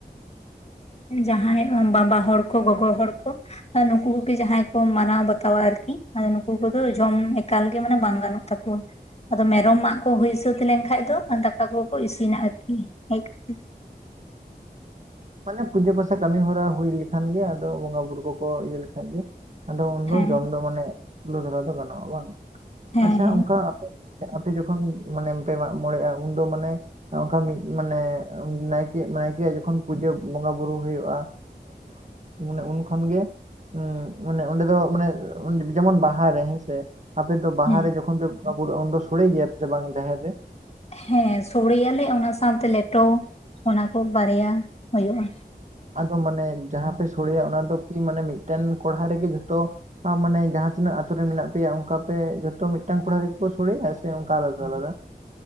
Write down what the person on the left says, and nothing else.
ᱡᱟᱦᱟᱸᱭ ᱵᱟᱵᱟ ᱦᱚᱲ ᱠᱚ ᱜᱚᱜᱚ ᱦᱚᱲ ᱠᱚᱼᱼ ᱱᱩᱠᱩ ᱠᱚ ᱜᱮ ᱡᱟᱦᱟᱸᱭ ᱠᱚ ᱢᱟᱱᱟᱣ ᱵᱟᱛᱟᱣᱟ ᱟᱨᱠᱤ ᱢᱟᱱᱮ ᱱᱩᱠᱩ ᱠᱚ ᱫᱚ ᱡᱚᱢ ᱮᱠᱟᱞᱜᱮ ᱢᱟᱱᱮ ᱵᱟᱝ ᱜᱟᱱᱚᱜ ᱛᱟᱠᱚᱭᱟ ᱟᱫᱚ ᱢᱮᱨᱚᱢ ᱢᱟᱜ ᱠᱚ ᱦᱩᱭ ᱥᱟᱹᱛ ᱞᱮᱱ ᱠᱷᱟᱡ ᱫᱚ ᱫᱟᱠᱟ ᱠᱚ ᱠᱚ ᱤᱥᱤᱱᱟ ᱟᱨᱠᱤ ᱮᱭ ᱠᱷᱟᱹᱛᱤᱨᱼᱼ <inaudible>
ᱦᱮᱸ
ᱦᱮᱸ
ᱦᱮᱸ
ᱦᱮᱸ
ᱦᱮᱸ ᱥᱳᱲᱮᱭᱟᱞᱮ ᱚᱱᱟ ᱥᱟᱶ ᱛᱮ ᱞᱮᱴᱚ ᱚᱱᱟ ᱠᱚ ᱵᱟᱨᱭᱟ ᱦᱩᱭᱩᱜᱼᱟ